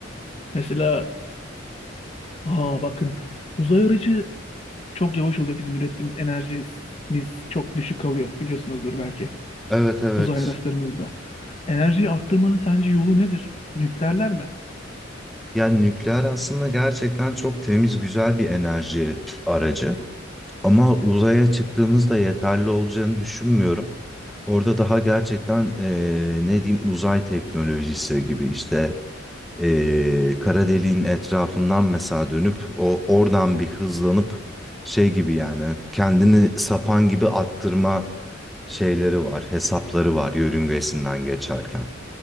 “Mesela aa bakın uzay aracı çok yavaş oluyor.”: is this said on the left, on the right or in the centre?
Left